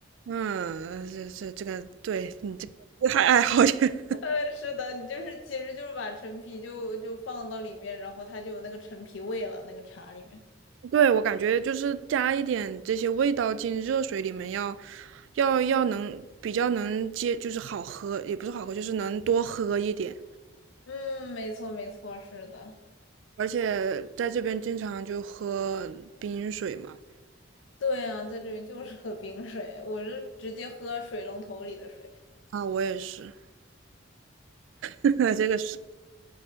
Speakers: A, on the right; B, on the left.
A: 嗯，这这这个，对你这个还爱好点。
B: 呃，是的，你就是其实就是把陈皮就就放到里面，然后它就有那个陈皮味了，那个茶里面。
A: <laughs> 对，我感觉就是加一点这些味道进热水里面要，要要能比较能接，就是好喝，也不是好喝，就是能多喝一点。
B: 嗯，没错没错，是的。
A: 而且在这边经常就喝冰水嘛，
B: 对啊，在这边就是 <laughs> 喝冰水，我是直接喝水龙头里的水。
A: 啊，我也是，<laughs> 这个是